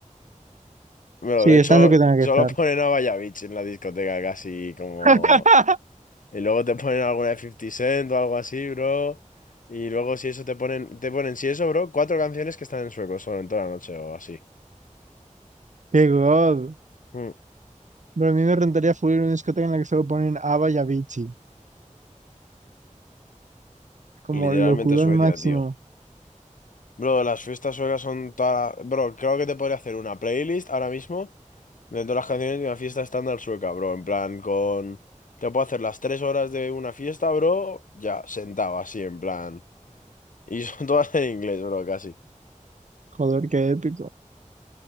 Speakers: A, on the left; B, on the right.
A: Bueno,
B: Sí,
A: de hecho,
B: están lo que tenga
A: <laughs>
B: que
A: solo
B: estar.
A: ponen a Vallabich en la discoteca casi como
B: <laughs>
A: Y luego te ponen alguna de 50 Cent o algo así, bro. Y luego si eso te ponen, te ponen, si eso, bro, cuatro canciones que están en sueco solo en toda la noche o así.
B: Qué god.
A: Mm.
B: Pero a mí me rentaría full ir a una discoteca en la que solo ponen ABBA y Avicii. Como
A: Literalmente
B: locurón
A: Suecia,
B: máximo.
A: tío. Bro, las fiestas suecas son toda... la- Bro, creo que te podría hacer una playlist ahora mismo de todas las canciones de una fiesta estándar sueca, bro. En plan, con... Te puedo hacer las tres horas de una fiesta, bro, ya, sentado así, en plan. Y son <laughs> todas en inglés, bro, casi.
B: Joder, qué épico.